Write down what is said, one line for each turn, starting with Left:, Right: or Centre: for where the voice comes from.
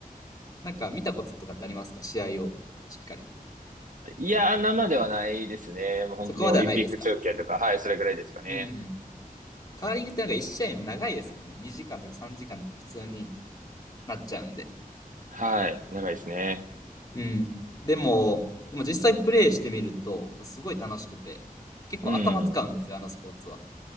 Left: なんか見たこととかってありますか試合をしっかり。
Right: いやー、生ではないですね。もう本当にオリンピック中継とか、
Left: そこまではないですか
Right: はい、それぐらいですかね。
Left: うん。カーリングってなんか1試合も長いですもんね。2時間とか3時間とか普通になっちゃうんで。
Right: はい。長いですね。
Left: うん。でも、でも実際プレイしてみると、こうすごい楽しくて、結構頭使うんですよ、
Right: うん。
Left: あのスポーツは。